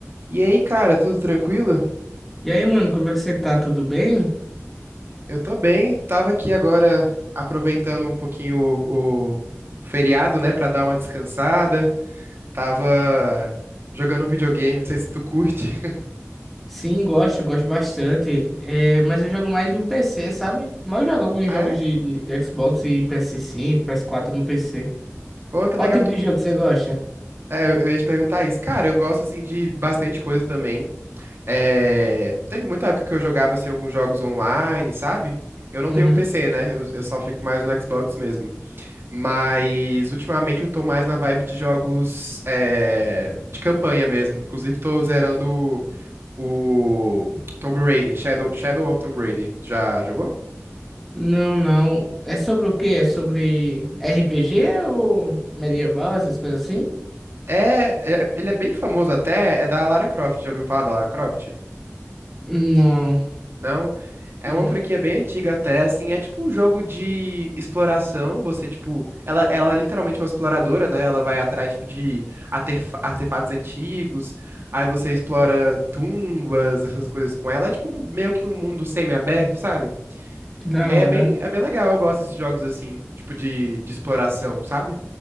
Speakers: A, on the right; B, in the centre.
A: E aí, cara, tudo tranquilo?
B: E aí, mano, como é que você tá? Tudo bem?
A: Eu tô bem, tava aqui agora aproveitando um pouquinho o, o feriado, né, pra dar uma descansada. Tava jogando videogame, não sei se tu curte. <laughs>
B: Sim, gosto, gosto bastante. É, mas eu jogo mais no PC, sabe? Mas eu jogo alguns
A: Ah,
B: jogos
A: é?
B: de, de, de Xbox e PS5, ps quatro no PC.
A: Pô, que
B: Qual
A: legal.
B: tipo
A: tu-
B: de jogo você gosta?
A: É, eu eu ia te perguntar isso. Cara, eu gosto, assim, de bastante coisa também. É, Teve muita época que eu jogava, assim, alguns jogos online, sabe? Eu não
B: Uhum.
A: tenho um PC, né? Eu, eu só fico mais no Xbox mesmo. Mas ultimamente eu tô mais na vibe de jogos é, de campanha mesmo. Inclusive tô zerando o Tomb Raider, Shadow, Shadow of Tomb Raider. Já jogou?
B: Não, não. É sobre o quê? É sobre RPG ou medieval, essas coisas assim?
A: É, é- ele é bem famoso até, é da Lara Croft. Já ouviu falar da Lara Croft?
B: Não.
A: Não, é
B: Hum,
A: uma franquia bem antiga até, assim, é tipo um jogo de exploração, você, tipo, ela, ela é literalmente é uma exploradora, né, ela vai atrás, tipo, de artef- artefatos antigos, aí você explora tumbas, essas coisas com ela, é tipo um- meio que um mundo semi-aberto, sabe?
B: Que da
A: E aí
B: hora.
A: é bem, é bem legal, eu gosto desses jogos, assim, tipo, de, de exploração, sabe?